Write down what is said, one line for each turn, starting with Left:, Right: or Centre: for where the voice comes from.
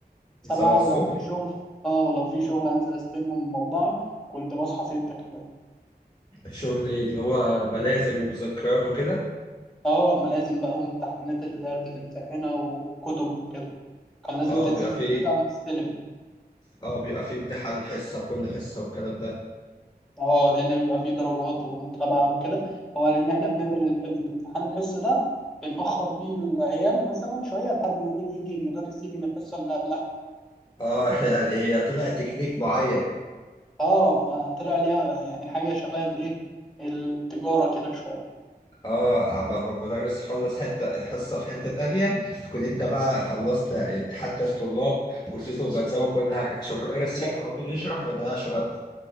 Centre: سبعة
Left: 7 الصبح
Centre: ولو في شغل اه لو في شغل أنزل أستلمه من المطبعة كنت بصحى ستة كده
Left: شغلي اللي هو ملازم ومذكرات وكده
Centre: اه ملازم بقى وامتحانات اللي هي بتمتحنها وكتب وكده كان لازم
Left: اه
Centre: تنزل
Left: بيبقى فيه
Centre: تتابع وتستلم
Left: اه بيبقى فيه امتحان حصة كل حصة والكلام ده
Centre: اه لان بيبقى فيه درجات ومتابعه وكده هو لان احنا بنعمل الح- الامتحان الحصه ده بنأخر بيه العيال مثلا شويه لحد ما مين يجي المدرس يجي من الحصه اللي قبلها
Left: اه <laughs> يعني هي طلع تكنيك معين
Centre: اه ما طلع ليها يعني حاجه شبه الايه التجاره كده شويه
Left: اه اما ب- المدرس يخلص حتة حصة في حتة تانية تكون انت بقى خلصت امتحان الطلاب واديتهم ملزمة كل حاجة عشان المدرس يجي على طول يشرح ما يضيعش وقت